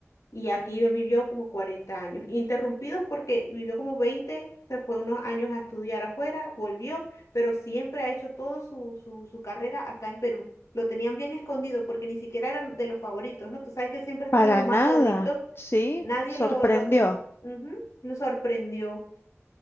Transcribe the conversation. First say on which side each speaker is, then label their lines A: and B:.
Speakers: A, on the left; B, on the left.
A: y aquí vivió como 40 años, interrumpidos porque vivió como 20 se fue unos años a estudiar afuera, volvió, pero siempre ha hecho toda su, su, su carrera acá en Perú. Lo tenían bien escondido porque ni siquiera eran de los favoritos, ¿no? Tú sabes que siempre están
B: para
A: los más
B: nada.
A: favoritos.
B: Sí,
A: Nadie
B: sorprendió.
A: lo, lo, n- ujú, lo sorprendió.